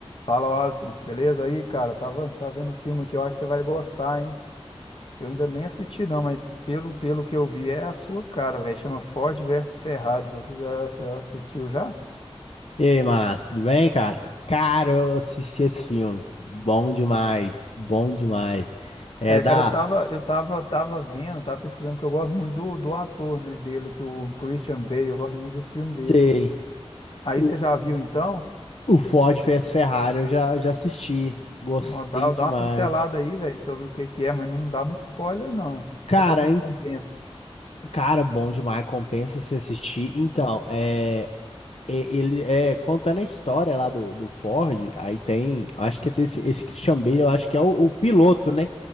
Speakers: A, on the left; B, on the left.
A: Fala, Alisson. Beleza aí, cara? Tava, tava vendo um filme que eu acho que você vai gostar, hein? Eu ainda nem assisti, não, mas pelo, pelo que eu vi, é a sua cara, velho. Chama Ford versus Ferrari. Você já, já assistiu já?
B: E aí, Márcio, tudo bem, cara? Cara, eu assisti esse filme. Bom demais, bom demais. É
A: É,
B: da.
A: cara, eu tava, eu tava, tava vendo, tava pesquisando, porque eu gosto muito do, do ator, né, dele, que o Christian Bale, eu gosto muito dos filmes dele.
B: Sei.
A: Aí
B: O,
A: você já viu, então?
B: o Ford vs Ferrari, eu já, eu já assisti. Gostei
A: Ó, Dá,
B: demais.
A: dá uma pincelada aí, velho, sobre o que que é, mas não dá muito spoiler, não.
B: Cara,
A: Só pra ver
B: hein?
A: se compensa.
B: Cara, bom demais. Compensa se assistir. Então, é, e- ele é contando a história lá do, do Ford. Aí tem. Acho que tem esse, esse Christian Bale, eu acho que é o, o piloto, né?